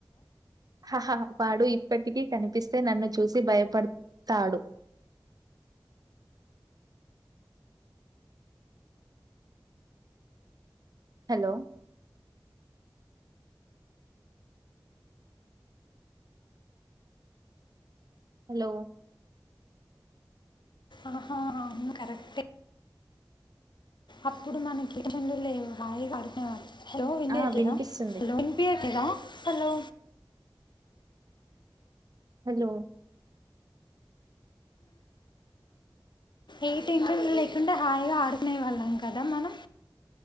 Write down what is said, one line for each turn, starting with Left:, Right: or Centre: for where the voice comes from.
Right: హహా వాడు ఇప్పటికీ కనిపిస్తే నన్ను చూసి భయపడతాడు హలో హలో
Left: ఆహా అ అను కరెక్ట్ అప్పుడు మనకిిరచెలూలో హాయిడు లో వింయట్లేదా
Right: ఆ! వినిపిస్తుంది.
Left: లో వినిపియట్లేదా హలో
Right: హలో
Left: ఎయిట్ ఇంక లేకుంటడా హాయిగా ఆడుకునే వాళ్ళం కదా మనం